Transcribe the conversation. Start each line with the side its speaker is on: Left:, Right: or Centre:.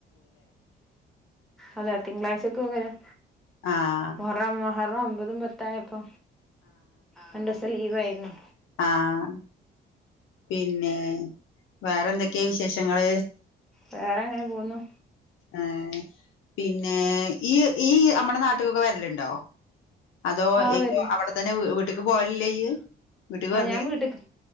Centre: അതെ തിങ്കളാഴ്ചക്ക് പകരം
Left: ആഹ്
Centre: മുഹറം ഒമ്പതും പത്തായപ്പൊ രണ്ട് ദിവസം ലീവായിരുന്നു
Left: ആഹ് പിന്നെ വേറെ എന്തൊക്കെയാ വിശേഷങ്ങൾ
Centre: വേറെ അങ്ങനെ പോകുന്നു
Left: ഏഹ് പിന്നെ ഈയ്യ് നമ്മടെ നാട്ടിലൊക്കെ വരലുണ്ടോ? അതോ
Centre: ആ
Left: ഇപ്പൊ
Centre: വരില്ല
Left: അവിടെത്തന്നെ വീട്ടക്ക് പോവലില്ലേ ഇയ്യ്? വീട്ടിക്ക്
Centre: ആഹ്
Left: വന്നി
Centre: ഞാൻ വീട്ടക്ക്